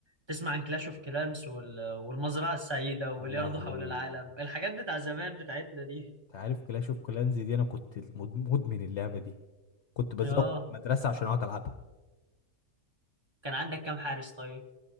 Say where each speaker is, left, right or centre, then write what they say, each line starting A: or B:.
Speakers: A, on the right (about 20°); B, on the left (about 60°).
A: تسمع عن كلاش اوف كلانس وال... والمزرعه السعيده وبلياردو
B: يا لهوي
A: حول العالم الحاجات بتاع زمان بتاعتنا دي
B: أنت عارف كلاش اوف كلانز دي أنا كنت مد- مدمن اللعبة دي كنت بزوق
A: اه
B: المدرسة عشان أقعد ألعبها
A: كان عندك كام حارس طيب